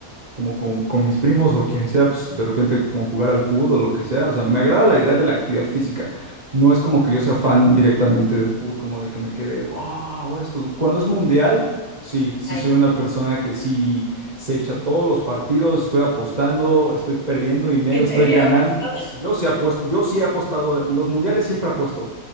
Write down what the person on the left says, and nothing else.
Ahí
sí.
¿En
serio?
¿Apostaste?